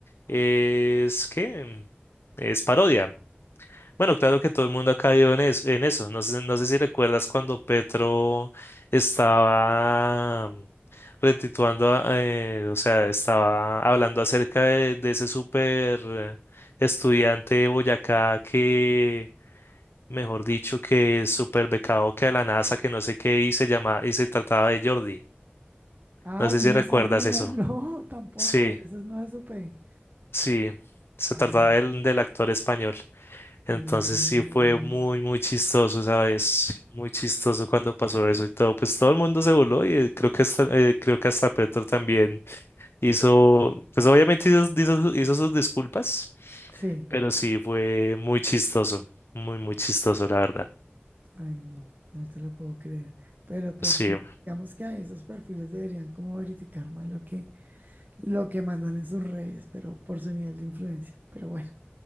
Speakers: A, on the left; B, on the right.
A: es, ¿qué? Es parodia. Bueno, claro que todo el mundo ha caído en, es- en eso. No sé, no sé si recuerdas cuando Petro estaba retituando, a- eh, o sea, estaba hablando acerca de, de ese súper eh, estudiante de Boyacá que mejor dicho, que super becado que de la NASA, que no sé qué, y se llama, y se trataba de Jordi.
B: Ay,
A: No sé
B: no
A: si recuerdas
B: sabía,
A: eso.
B: <laughs> no, tampoco.
A: Sí,
B: Eso no lo supe.
A: sí, se
B: Ay,
A: trataba
B: no
A: del, del actor español. Entonces
B: no tenía
A: sí
B: ni
A: fue
B: idea.
A: muy, muy chistoso, ¿sabes? Muy chistoso cuando pasó eso y todo. Pues todo el mundo se voló y eh, creo que hasta, eh, creo que hasta Petro también hizo, pues obviamente hizo, hizo, hizo sus disculpas,
B: Sí,
A: pero sí fue muy chistoso, muy, muy chistoso, la verdad.
B: ay no, no te lo puedo creer. Pero pues
A: Sí.
B: sí, digamos que a esos perfiles deberían como verificar más lo que, lo que mandan en sus redes, pero por su nivel de influencia. Pero bueno,